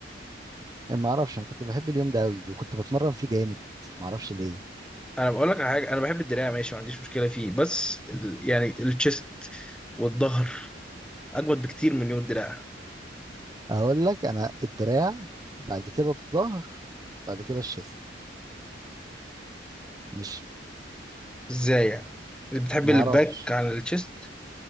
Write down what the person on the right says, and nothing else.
ما اعرفش انا كنت بحب اليوم ده قوي وكنت بتمرن فيه جامد ما اعرفش ليه
اقول لك انا الدراع بعد كده الظهر بعد كده الشيست مش
ما
اعرفش